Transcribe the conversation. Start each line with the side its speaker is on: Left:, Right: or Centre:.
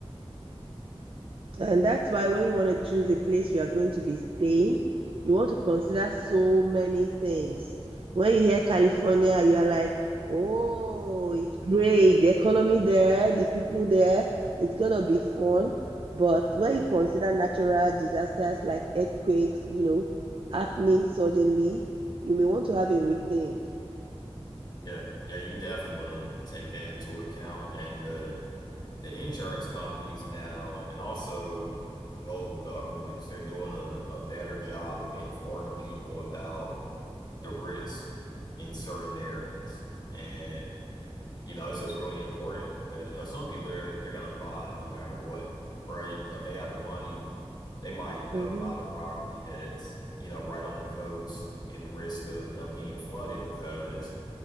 Right: And that's why when you want to choose a place you are going to be staying, you want to consider so many things. When you hear California, you are like, oh, it's great. The economy there, the people there, it's going to be fun. But when you consider natural disasters like earthquakes, you know, happening suddenly, you may want to have a rethink.
Left: Yeah, yeah, you definitely want to take that into account. And the the insurance companies now and also local governments, they're doing a, a better job of informing people about the risk in certain areas. And you know, it's just really important because you know, some people they're they're gonna buy no matter what, right? You know, if they have the money, they might, you know,
Right: Mm-hmm.
Left: buy the property that's, you know, right on the coast and the risk of, you know, being flooded because